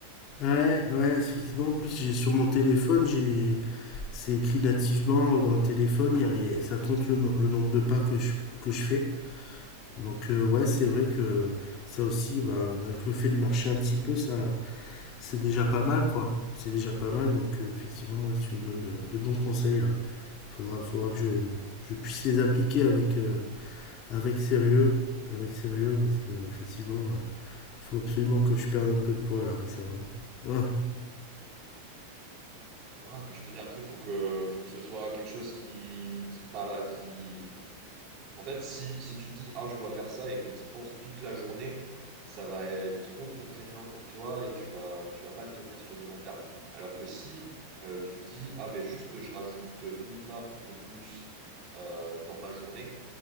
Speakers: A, on the left (about 35°); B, on the right (about 35°).
A: Ouais, ouais, effectivement. En plus, j'ai sur mon téléphone, j'ai, c'est écrit nativement dans le téléphone. il y a- il y a- ça compte le, no- le nombre de pas que je, que je fais. Donc, euh, ouais, c'est vrai que ça aussi, ben, rien que le fait de marcher un petit peu, ça, c'est déjà pas mal, quoi. C'est déjà pas mal. Donc, euh, effectivement, ouais, tu me donnes de, de bons conseils là. Faudra, faudra que je, je puisse les appliquer avec, euh, avec sérieux, avec sérieux, parce que effectivement, euh, faut absolument que je perde un peu de poids là récemment. <laughs>
B: Ouais, mais je te dis, après, faut que, faut que ce soit quelque chose qui, qui, para- qui, en fait, si, si tu dis, ah, je dois faire ça et que tu y penses toute la journée, ça va être trop contraignant pour toi et tu vas, tu vas pas le tenir sur du long terme. Alors que si euh, tu te dis, ah, ben juste, je rajoute 1000 pas de plus euh, dans ma journée,